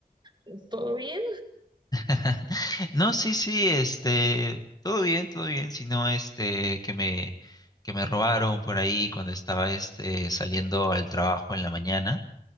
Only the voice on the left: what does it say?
<laughs> No, sí, sí, este, todo bien, todo bien, sino este que me que me robaron por ahí cuando estaba este saliendo al trabajo en la mañana